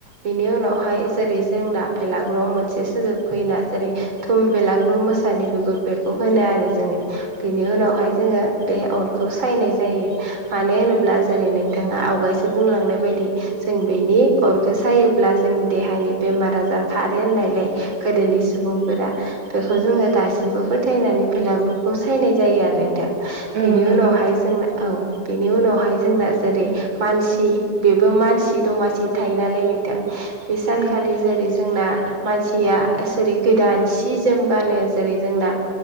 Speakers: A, on the right; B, on the right.
A: बेनि उन उनावहाय जेरै जोंना फेलागुराव मोनसे सोदोब फैयोना जेरै थुम बेलाग्रुम मोसानि बिगुर बेखौ होनो आरो जोङो बेनि उनावहाय जोङो बे अरखौ सायनाय जायो मानो होनोब्ला जेरै नोंथाङा आवगायसो बुंलांनाय बायदि जों बेनि अरखौ सायो ब्ला जोंनि देहानि बेमार आजार खारो होननायलाय गोदोनि सुबुंफोरा बेखौ जोङो दासिमबो फोथायनानै भेलागुरखौ सायनाय जायो आरो नोंथां
B: औ
A: बेनि
B: नंगौ
A: उनावहाय
B: नोंथां
A: जोंना औ बेनि उनावहाय जोंना जेरै मानसि बेबो मानसि दमासि थायो नालाय बे सानखालि
B: औ
A: जेरै जोंना मानसिया जेरै गोदान सि जोम गानो जेरै जोंना